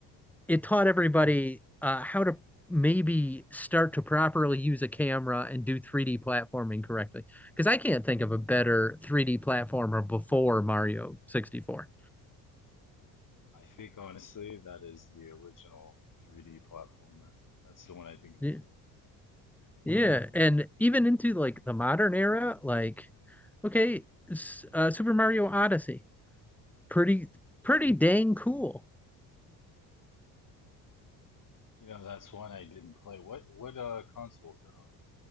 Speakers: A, in the centre; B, on the left (about 40°).
A: it taught everybody uh, how to maybe start to properly use a camera and do 3D platforming correctly. Because I can't think of a better 3D platformer before Mario 64.
B: I think honestly that is the original 3D platformer. That's the one I think of
A: Yeah.
B: too.
A: Yeah, and even into like the modern era, like okay, uh, Super Mario Odyssey, pretty pretty dang cool.
B: You know, that's one I didn't play. What what uh console is that on?